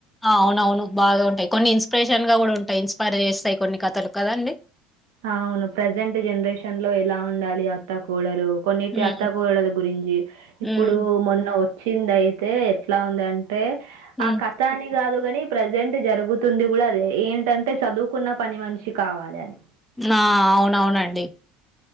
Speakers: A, in the centre; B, on the right.
A: అవునవును బాగా ఉంటాయి కొన్ని ఇన్స్పిరేషన్ గా కూడా ఉంటాయి ఇన్స్పైర్ చేస్తాయి కొన్ని కథలు కదండి
B: అవును ప్రజెంట్ జనరేషన్ లో ఎలా ఉండాలి అత్త కోడలు కొన్నిటి
A: ఉమ్
B: అత్తా కోడలు గురించి ఇప్పుడు
A: ఉమ్
B: మొన్న వచ్చింది అయితే ఎట్లా ఉంద అన్
A: ఉమ్
B: ఆ కథాని గాదు కాని ప్రజెంట్ జరుగుతుంది కూడ అదే ఏంటంటే చదువుకున్న పని మనిషి కావాలి అని
A: ఆ అవునవునండి